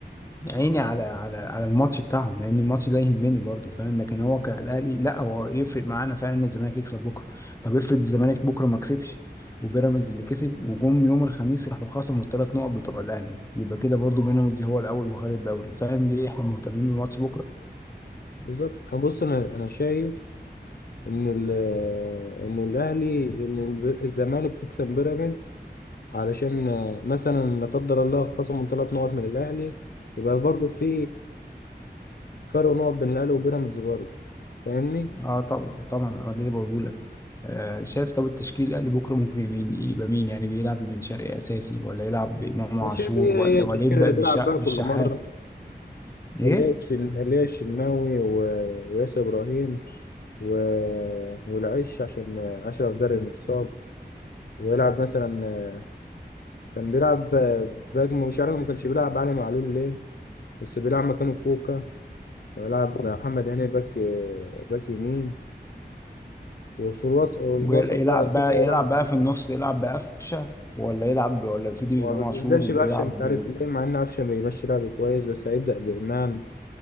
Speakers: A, on the left (about 15°); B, on the left (about 65°).
A: عيني على على على الماتش بتاعهم لان الماتش ده يهمني برضو فاهم لكن هو كالاهلي لا هو يفرق معانا فعلا ان الزمالك يكسب بكره طب افرض الزمالك بكره ما كسبش وبيراميدز اللي كسب وجم يوم الخميس راحوا خصموا الثلاث نقط بتوع الاهلي يبقى كده برضو بيراميدز هو الاول وخد الدوري فاهم ليه احنا مهتمين بالماتش بكره
B: بالظبط انا بص انا انا شايف ان ال... ان الاهلي ان الب- الزمالك تكسب بيراميدز علشان مثلا لا قدر الله خصموا ثلاث نقط من الاهلي يبقى برضه في فرق نقط بين الاهلي وبيراميدز برضه فاهمني؟
A: اه طبعا طبعا انا ده اللي بقوله لك آه شايف طب التشكيل الاهلي بكره ممكن يمين يبقى مين يعني بيلعب ببن شرقي اساسي ولا يلعب بامام
B: انا
A: عاشور
B: شايف هي
A: ولا
B: هي التشكيلة
A: ولا يبدا
B: اللي
A: بالش-
B: بيلعب بيها
A: بالشحات
B: كل مرة
A: ايه
B: اللي هي الشن- اللي هي الشناوي و- وياسر إبراهيم و... والعش عشان أشرف داري المتصاب ويلعب مثلا كان بيلعب باك مش عارف ما كانش بيلعب علي معلول ليه بس بيلعب مكانه كوكا ويلعب محمد هاني باك باك يمين وفي الوسط وفي
A: ويلعب
B: الوسط بقى أكيد
A: بقى
B: هيلعب
A: يلعب بقى في النص يلعب بقفشه ولا يلعب ولا يبتدي
B: وما
A: بامام عاشور
B: بيبدأش
A: ويلعب
B: بقفشة مش
A: ب...
B: عارف ليه مع إن قفشة بيمشي لعب كويس بس هيبدأ بإمام